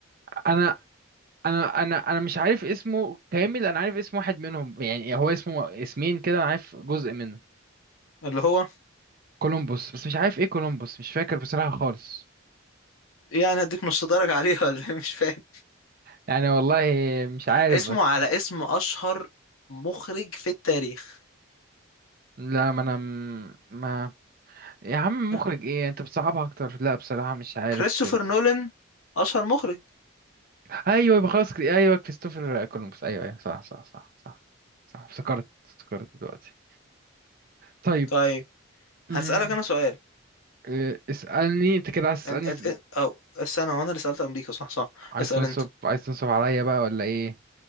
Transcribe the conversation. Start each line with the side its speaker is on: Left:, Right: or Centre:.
Right: انا انا انا انا مش عارف اسمه كامل انا عارف اسم واحد منهم يعني هو اسمه اسمين كده انا عارف جزء منه
Left: اللي هو
Right: كولومبوس بس مش عارف ايه كولومبوس مش فاكر بصراحة خالص
Left: يعني اديك نص درجة عليها ولا إيه؟ مش فاهم
Right: يعني والله مش عارف
Left: اسمه
Right: بس
Left: على اسم اشهر مخرج في التاريخ
Right: لا ما انا م- ما يا عم مخرج
Left: ها؟
Right: ايه انت بتصعبها اكتر لا بصراحة مش عارف
Left: كريستوفر
Right: كده
Left: نولان اشهر مخرج
Right: ايوه يبقى خلاص كده ايوه كريستوفر كولومبوس ايوه ايوه صح صح صح صح صح افتكرت افتكرت دلوقتي طيب
Left: طيب
Right: امم
Left: هسألك انا سؤال
Right: إيه، اسألني انت كده عايز تسألني
Left: أن- أت- أ- او استنى وانا اللي سألت امريكا صح صح
Right: عايز
Left: اسأل
Right: تنصب
Left: انت
Right: عايز تنصب عليا بقى ولا ايه